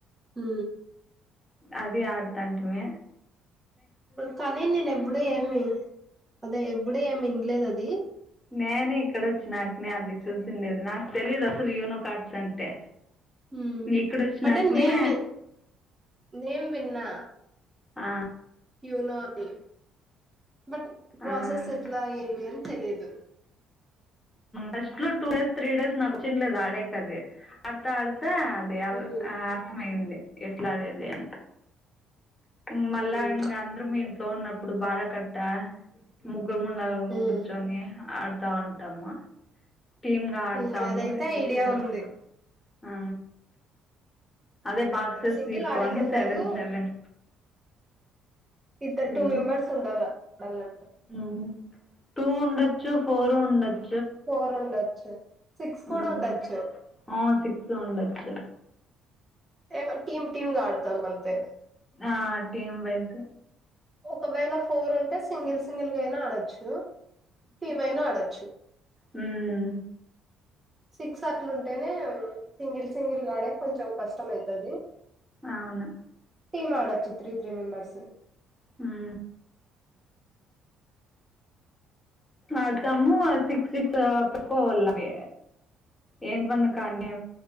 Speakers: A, on the right (about 20°); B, on the left (about 20°).
A: ఊ
B: అది ఆడుతంటిమి
A: కానీ నేను ఎప్పుడ ఏమి అదే ఎప్పుడు ఏమి ఇంలేదు అది
B: నేనే ఇక్కడ వచ్చి నాకనే అది చూసిండేది నాకు తెలీదు అసలు యోనో కార్డ్స్ అంటే
A: హ్మ్
B: ఇక్కడ వచ్చినాకనే
A: అంటే నేమ్ నేమ్ విన్నా
B: ఆ
A: యోనో అని బట్ ప్రాసెస్
B: ఆ
A: ఎట్లా ఏవి అని తెలియదు
B: ఫస్ట్ లో టూ డేస్ త్రీ డేస్ నాకు వచ్చినలేదు ఆడేకది అట్ల అడితే అది అ
A: హ్మ్
B: ఆ అర్థమయ్యంది ఎట్లాడేది అని మ్ మళ్ళా
A: హ్మ్
B: ఇంగ అందరు ఇంట్లో ఉన్నప్పుడు బార కట్ట ముగ్గురు ముండలుము
A: హ్మ్
B: కూర్చొని ఆడతావుంటాము టీమ్ గా ఆడతాము
A: హ్మ్ అదైతే
B: సింగిల్
A: ఐడియా
B: సింగిల్గా
A: ఉంది
B: ఆ అదే బాక్సెస్
A: సింగిల్
B: తీసుకోని
A: ఆడేకుండదు
B: సెవెన్ సెవెన్
A: ఇద్దరు టూ
B: మ్
A: మెంబర్స్ ఉండాల ఆడాలంటే
B: మ్ టూ ఉండచ్చు ఫోర్ ఉండచ్
A: ఫోర్ ఉండొచ్చు సిక్స్
B: హ్మ్
A: కూడా ఉండొచ్చు
B: ఆ సిక్స్ ఉండొచ్చు
A: ఏ టీమ్ టీమ్ గ ఆడుతాం అంతే
B: ఆ టీమ్ వైస్
A: ఒకవేళ ఫోర్ ఉంటే సింగిల్ సింగిల్ గా అయినా ఆడొచ్చు టీమ్ అయినా ఆడొచ్చు
B: మ్
A: సిక్స్ అట్ల ఉంటేనే సింగిల్ సింగిల్ గాడే కొంచెం కష్టమయితది
B: అవును
A: టీీమ్ ఆడచ్చు త్రీ త్రీ మెంబర్స్
B: మ్ ఆడుతము ఆ సిక్స్ సిక్స్ పెట్కోవాలవి ఏంటి వన్ని కాన్నే